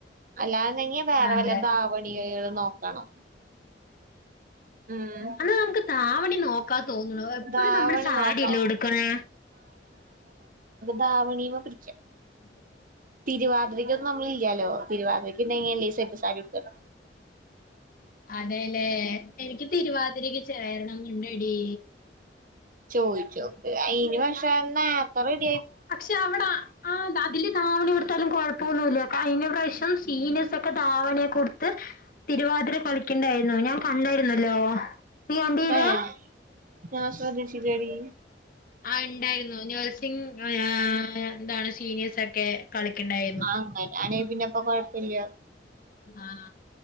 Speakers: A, on the right; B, on the left.
A: അല്ലാണ്ടെങ്കി വേറെ
B: അതെ
A: വല്ല ദാവണികകള് നോക്കണം ഉം
B: എന്നാ നമുക്ക് താവണി നോക്കാ തോന്നണുഎപ്പഴും
A: ധാവണി
B: നമ്മള് സാരിയല്ലേ
A: നോക്കാം
B: ഉടുക്കണെ
A: ധാവണിമേ പിടിക്കാം
B: അതെ
A: തിരുവാതിരക്കൊന്നും നമ്മള ഇല്ലാലോ തിരുവാതിര ണ്ടെങ്കിലല്ലേ സെറ്റ് സാരി ഉടു
B: അതെല്ലേ എനിക്ക് തിരുവാതിരക്ക് ചേരണം <unintelligible> എടി
A: ചോയിച്ചുനോക്ക് അയിന് പക്ഷെ നേർ <unintelligible>
B: പക്ഷെ അവിടെ അതില് ദാവണി ഉടുത്താലും കൊഴപ്പൊന്നല്ല കഴിഞ്ഞ പ്രാവശ്യം ശീനേഴ്സ് ഒക്കെ ദാവണിയൊക്കെ ഉ ടുത്ത് <inaudible> തിരുവാതിര കളിക്കണ്ടായിരുന്നു ഞാൻ കണ്ടായിരുന്നല്ലോ നീ കണ്ടീര
A: ഏഹ് ഞാൻ ശ്രദ്ധിച്ചില്ലഡി
B: ആ ഇണ്ടായിരുന്നു നഴ്സിംഗ് അയാ എന്താണ് സീനിയേഴസ്ൊക്കെ കളിക്കണ്ടായിരുന്നു
A: ആ അങ്ങനാണെ പിന്നെപ്പൊ കുഴപ്പമില്ല
B: ആ